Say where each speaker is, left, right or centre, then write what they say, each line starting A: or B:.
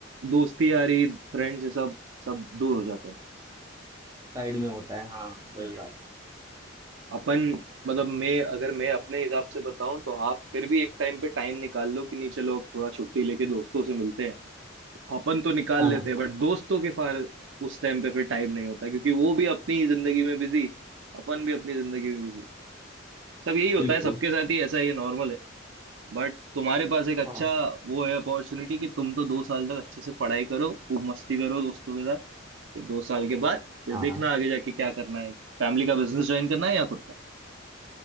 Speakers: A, on the right; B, on the right.
A: दोस्ती यारी फ्रेंड्स ये सब सब दूर हो जाते हैं
B: साइड में होता है हाँ वही
A: हाँ।
B: बात
A: अपन मतलब मैं अगर मैं अपने हिसाब से बताऊं तो आप फिर भी एक टाइम पे टाइम निकाल लो कि नहीं चलो अब थोड़ा छुट्टी लेके दोस्तों से मिलते हैं अपन तो निकाल
B: हाँ
A: लेते
B: हाँ
A: हैं बट दोस्तों के फार उस टाइम पे फिर टाइम नहीं होता क्योंकि वो भी अपनी जिंदगी में बिजी अपन भी अपनी जिंदगी में बिजी सब यही होता
B: बिल्कुल
A: है सबके साथ ही ऐसा ही नॉर्मल है बट तुम्हारे पास एक अच्छा
B: हाँ
A: वो है अपॉर्चुनिटी कि तुम तो दो साल तक अच्छे से पढ़ाई करो खूब मस्ती करो दोस्तों के साथ फिर दो साल के बाद फिर
B: हाँ
A: देखना आगे जाके क्या करना है फैमिली का बिजनेस ज्वाइन करना है या खुद का